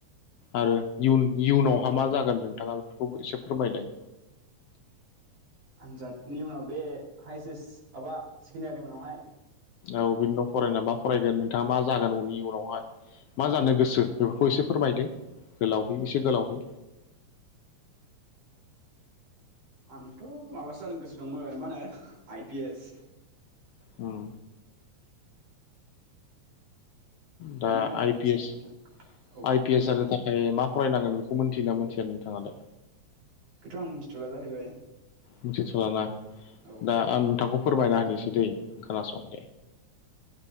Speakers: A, on the left; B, on the right.
A: आरो इयुन-इयुनावहा मा जागोन नोंथाङा बेफोरखौबो एसे फोरमायनाय।
B: आनजादनि उनाव बे हाइ सेस माबा सेकेणडारिनि उनावहाय।
A: औ बिनि उनाव फरायना मा फरायगोन नोंथाङा मा जागोन उनि उनावहाय मा जानो गोसो बेफोरखौ एसे फोरमायदो गोलावहै एसे गोलावहै।
B: आंथ माबासो जानो गोसो। दंमोन मा होनो आइ पि एस।
A: उम। दा
B: बेमोन आरोना
A: आइ पि
B: जानो
A: एस
B: खोन्था औ
A: आइ
B: बुंलाय
A: पि एस जानो थाखाय मा। फरायनांगोन बेखौ मोनथियोना मोनथिया नोंथाङालाय।
B: <unintelligible> आं मिथिथला जाहैबाय।
A: मिथिथलाना।
B: औ
A: दा आं नोंथांखौ। फोरमायना होनोसै। दि खोनासं दे।